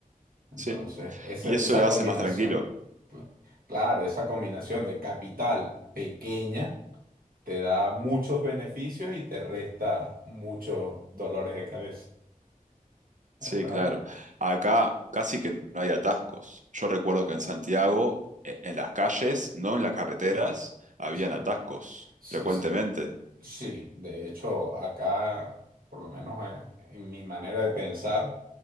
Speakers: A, on the right; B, on the right.
A: Entonces,
B: sí.
A: ese-
B: Y eso
A: esa
B: le
A: combinación,
B: hace más tranquilo.
A: cl- claro, esa combinación de capital pequeña te da muchos beneficios y te resta muchos dolores de cabeza,
B: Sí,
A: ¿verdad?
B: claro. Acá casi que no hay atascos. Yo recuerdo que en Santiago, e- en las calles, no en las carreteras, habían
A: Sí,
B: atascos
A: sí.
B: frecuentemente.
A: sí. Sí, de hecho, acá, por lo menos eh, en, mi manera de pensar,